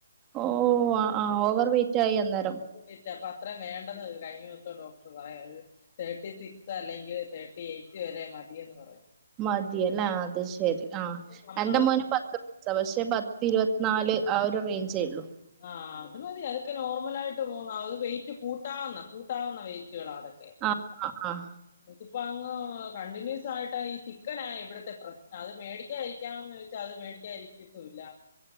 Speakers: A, on the right; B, on the left.
A: ഓഹ് ആഹ് ആ ഓവർ വെയ്റ്റായി അന്നേരം
B: ഓവർ വെയ്റ്റ അപ്പ അത്രയും വേണ്ടന്ന് കഴിഞ്ഞ ദിവസം ഡോക്ടർ പറയ ഒരു തേർട്ടി സിക്സ് അല്ലെങ്കില് തേർട്ടി എയ്റ്റ് വരെ മതിയെന്ന് പറയുന്നു
A: മതി അല്ലേ? അത് ശരി ആ
B: നമ്മള്
A: എന്റെ മോന് പത്ത് വയസ്സാ പക്ഷെ പത്തി ഇരുപത്തിനാല് ആ ഒരു റെയ്ഞ്ചേയൊള്ളൂ
B: ആഹ് അത് മതി അതൊക്കെ നോർമലായിട്ട് പോവ്ന്ന അത് വെയിറ്റ് കൂട്ടാവെന്ന കൂ ട്ടാവുന്ന വെയിറ്റുകള അതൊക്കെ
A: ആഹ് ആഹ് ആഹ്
B: ഇതിപ്പോ അങ്ങ് കണ്ടിന്യൂസായിട്ട് ഈ ചിക്കനാ ഇവിടത്തെ പ്രശ്നം അത് മേടിക്കാതിരിക്കാം എന്ന് വെച്ച അത് മേടിക്കായിരിക്കത്തുവില്ല